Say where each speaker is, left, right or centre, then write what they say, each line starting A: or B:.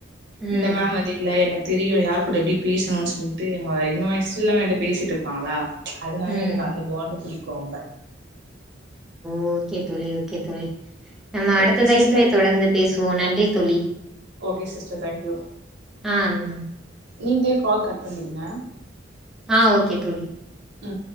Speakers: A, in the centre; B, on the right (about 60°).
A: ம்
B: இந்த மேம் வந்து இல்ல எனக் தெரியு யார்கூட எப்டி பேசணுனு சொல்லிட்டு அவ்ங்க இந்வயசுல என்ட்ட பேசிட்டுப்பாங்களா அதனால
A: ம்
B: எனக்கு அந்த பாண்டு புடிக் கோம்ப
A: ஓக்கே தோழி ஓக்கே தோழி நம்ம அடுத்த
B: ஓகே
A: தலைப்பிலே
B: சிஸ்டர்
A: தொடந்து பேசுவோ நன்றி தோழி
B: ஓக்கே சிஸ்டர் தேங்க் யூ
A: ஆஹ் அந்
B: நீங்ளே கால் கட் பண்ணிடுங்க
A: ஆஹ் ஓகே தோழி
B: ஹூம்